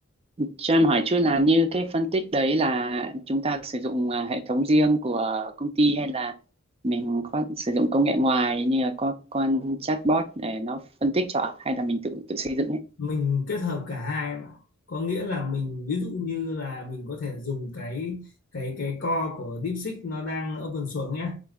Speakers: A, on the right; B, on the left.
A: Cho em hỏi chút là như cái phân tích đấy là chúng ta sử dụng à, hệ thống riêng của công ty hay là mình có sử dụng công nghệ ngoài như là con con chatbot để nó phân tích cho ạ? hay là mình tự tự xây dựng ấy?
B: mình kết hợp cả hai em ạ. có nghĩa là mình ví dụ như là mình có thể dùng cái cái cái core của DeepSeek nó đang open source nhé